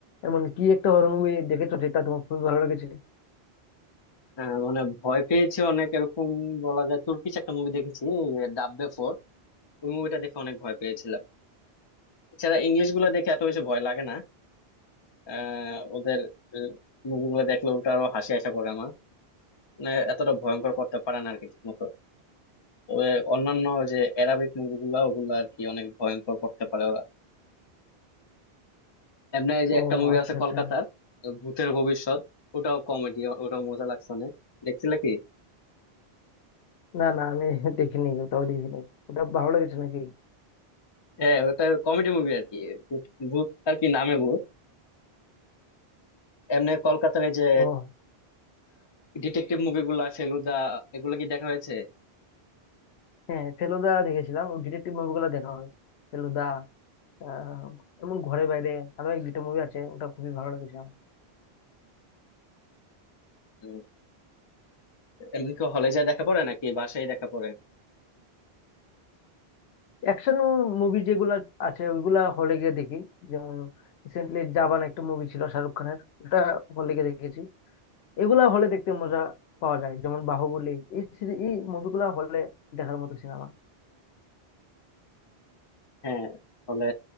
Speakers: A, on the left; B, on the left.
A: এমন কি একটা হরর মুভি দেখেছো যেটা তোমার খুবই ভালো লেগেছে
B: আহ, মানে ভয় পেয়েছি অনেক এরকম বলা যায় তুর্কিশ একটা মুভি দেখেছি ডাব্বে ফোর ওই মুভিটা দেখে অনেক ভয় পেয়েছিলাম এছাড়া ইংলিশ গুলা দেখে এত বেশি ভয় লাগে না আহ ওদের মুভিগুলো দেখলে ওটা আরো হাসি আসা পড়ে আমার মানে এতটা ভয়ঙ্কর করতে পারে না আর কি ঠিক মতো তবে অন্যান্য যে অ্যারাবিক মুভিগুলা ওগুলা আর কি অনেক ভয়ঙ্কর করতে পারে ওরা এমনি এই যে
A: ও
B: একটা মুভি
A: আচ্ছা
B: আছে
A: আচ্ছা
B: কলকাতার ভূতের ভবিষ্যৎ ওটাও কমেডি ওটাও মজা লাগছে অনেক দেখছিলে কি
A: না না আমি <laughs> দেখিনি ওটাও দেখিনি ওটা ভালো লেগেছে নাকি
B: হ্যাঁ ওটা কমেডি মুভি আর কি ভূত ভূত আর কি নামে ভূত এমনি কলকাতার এই যে
A: ও
B: ডিটেকটিভ মুভিগুলা ফেলুদা এগুলো কি দেখা হয়েছে
A: হ্যাঁ ফেলুদা দেখেছিলাম ও ডিটেকটিভ মুভিগুলো দেখা হয় ফেলুদা আহ, এমন ঘরে বাইরে আরো এক দুইটা মুভি আছে ওটা খুবই ভালো লেগেছে আমার
B: উম, এমনি কি হলে যায় দেখা পড়ে নাকি বাসায় দেখা পড়ে
A: অ্যাকশন মুভি যেগুলা আছে ওইগুলা হলে গিয়ে দেখি যেমন রিসেন্টলি জাবান একটা মুভি ছিল শাহরুখ খানের ওটা হলে গিয়ে দেখেছি এগুলা হলে দেখতে মজা পাওয়া যায় যেমন বাহুবলী এই সিরি- এই মুভিগুলা হলে দেখার মতো সিনেমা
B: হ্যাঁ হলে